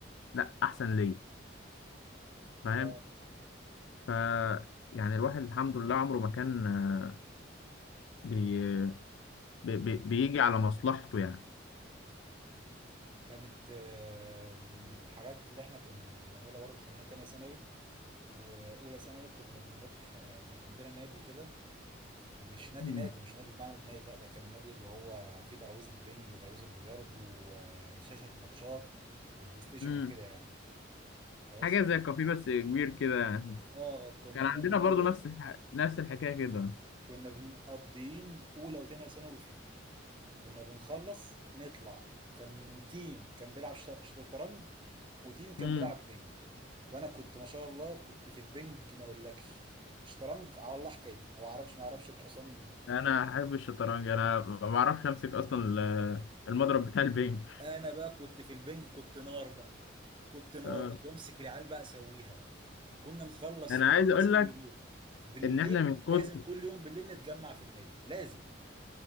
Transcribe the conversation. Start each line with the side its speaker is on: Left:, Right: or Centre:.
Left: لا احسن ليا فاهم
Right: اه
Left: ف يعني الواحد الحمد لله عمره ما كان آه، بي... بي... بي... بيجي على مصلحته يعني
Right: كانت آه، من الحاجات اللي احنا كنا بنعملها برضه في سنة تانية ثانوي وأولى ثانوي كنا بنروح آه، كان عندنا نادي كده مش نادي
Left: مم.
Right: نادي مش نادي بمعنى النادي لا ده كان نادي اللي هو فيه ترابيزة بينج وترابيزة بلياردو وشاشة ماتشات وبلاي ستيشن
Left: امم
Right: وكده يعني خلاص
Left: حاجه زي الكافيه بس كبير كده يعني.
Right: اه كنا
Left: كان عندنا
Right: النادي
Left: برضو
Right: ده
Left: نفس الح... نفس الحكايه كده
Right: كنا بنقضيين أولى وتانية ثانوي فيه كنا بنخلص نطلع كان تيم كان بيلعب ش- شطرنج وتيم كان
Left: امم
Right: بيلعب بينج وانا كنت ما شاء الله كنت في البينج ما اقولكش شطرنج على الله حكايتي ما بعرفش ما بعرفش الحصان من الفيل
Left: انا احب الشطرنج انا ما بعرفش امسك اصلا ال- المضرب بتاع البنج
Right: انا بقى كنت في البنج كنت نار بقى كنت نار
Left: آه.
Right: كنت بمسك العيال بقى اسويها بقى فكنا نخلص
Left: انا
Right: اولى
Left: عايز اقول
Right: ثانوي
Left: لك
Right: دول وبالليل
Left: ان احنا من كتر
Right: لازم كل يوم بالليل نتجمع في النادي لازم